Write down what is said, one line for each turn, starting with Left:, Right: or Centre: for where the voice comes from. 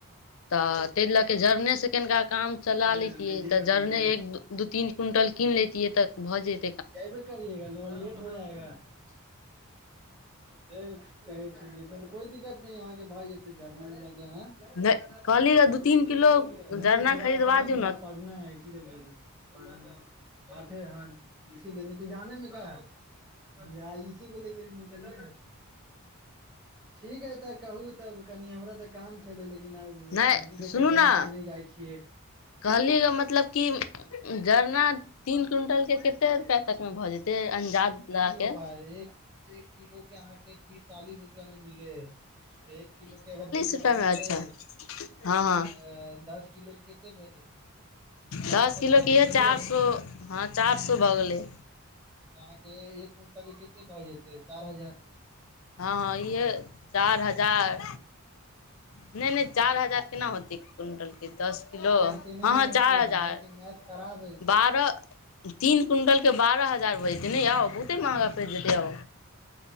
Left: तऽ त लैकऽ लऽ क जड़ने से कनिका काम चला
Right: चलिए
Left: लेैतियै
Right: न लीजिएगा
Left: तऽ जड़ने
Right: तो ले
Left: एक दू तीन क्वुंटल कीन लेतिये तऽ भऽ जतै
Right: जइबे करियएगा लो लेट हो जाएगा से कहे छलियै त कोई दिक्कत नहि अहाँके भ जेते जरना <unintelligible>
Left: नहि कहली ग दू तीन किलो
Right: नहि
Left: जरना
Right: थोड़ा
Left: खरीदबा
Right: काम
Left: दियौ ने
Right: <unintelligible> नहि एहिसी त बोत आठे ह <unintelligible> इसी लेने त जााने में क है इसी को लेके निकलिय ने ठीक है तऽ कहू तब कनि हमरा ते काम छले लेकिन लेकिन आब
Left: नहि
Right: अहीं के
Left: सुनू
Right: चक्कर
Left: ने
Right: मे हमब नहि जाइ छियै
Left: कहली ग मतलब किजरना तीन क्विंटल के कते रुपआ तक मे भऽ जेतै अंदाज
Right: देखियो
Left: लगा के
Right: भााय एक एक किलो के अहाँके तीस चालीस रुपआ मे मिले है एक किलो के अगर तीस
Left: रुपआ
Right: चालीस
Left: मे अच्छा
Right: है तऽ
Left: हँ हँ
Right: दस किलो के कते भेलै चार
Left: दश
Right: सौ
Left: किलोके
Right: पाँच सौ
Left: यए
Right: भेलै
Left: चारि
Right: तऽ
Left: सए हँ चारि सए भऽ गेलै
Right: तऽ अहाँके एक क्विंटल कते भऽ जेतै चारि हजार
Left: हँ हँ इहे चार हजार नहि नहि चार हजार केना
Right: हँ
Left: होतै क्विंटलके दस किलो
Right: चारि हजार केने
Left: हँ
Right: नहि
Left: हँ
Right: होते
Left: चारि
Right: यार
Left: हजार
Right: अहाँके मैथ खराब है की
Left: बारह तीन क्विंटलके बारह हजार भऽ जेतै ने आउ बहुते महगा पड़ि जेतै यौ